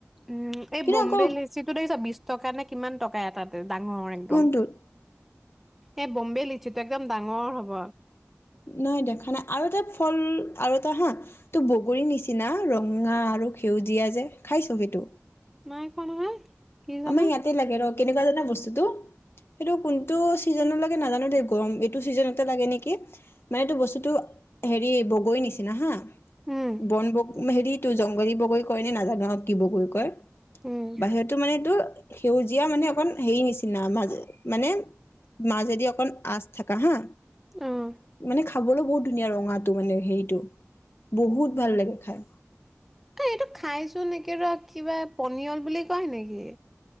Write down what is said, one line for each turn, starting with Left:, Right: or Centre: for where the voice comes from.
Centre: উম, এই
Left: কিন্তু
Centre: বম্বে
Left: আকৌ
Centre: লিচিটো দেখিছ বিশ টকা নে কিমান টকা এটাত। ডাঙৰৰ একদম।
Left: কোনটোত
Centre: এই, বম্বে লিছোঁটো একদম ডাঙৰ হ'ব।
Left: নাই দেখা নাই আৰু এটা ফল আৰু এটা হা তো বগৰীৰ নিচিনা ৰঙা আৰু সেউজীয়া যে খাইছ সেইটো?
Centre: নাই খোৱা নহয়। কি জানো
Left: আমাৰ ইয়াতে লাগে ৰ। কেনেকুৱা জানা বস্তুটো, সেইটো কোনটো চিজন লে নাজানো দেই গৰম এইটো চিজন লাগে নেকি মানে এইটো বস্তুতটো হেৰি। বগৰী নিচিনা হা,
Centre: উম
Left: বন বগৰী। তো জংঘলী বগৈ কয় নে নাজানো হক কি বগৈ কয়।
Centre: উম
Left: বাহিৰতো মানে ত সেউজীয়া মানে অকন হেৰি নিচিনা মাজে মানে মাজেদি অকণ আচ থাকা হা
Centre: অ',
Left: মানে খাবলৈ বহুত ধুনীয়া ৰঙাটো মানে হেৰিটো বহুত ভাল লাগে খাই।
Centre: অ', এইটো খাইচোন একে ৰ কিবা পনিয়ল বুলি কয় নেকি?